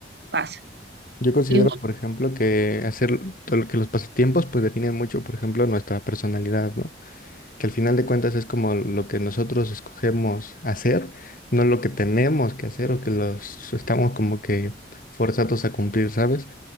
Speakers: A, on the right; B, on the left.
A: pasa.
B: Yo considero,
A: Y, bueno,
B: por ejemplo, que hacer todo lo que los pasatiempos pues definen mucho, por ejemplo, nuestra personalidad, ¿no? Que al final de cuentas es como lo que nosotros escogemos hacer, no lo que tenemos que hacer o que los estamos como que forzados a cumplir, ¿sabes?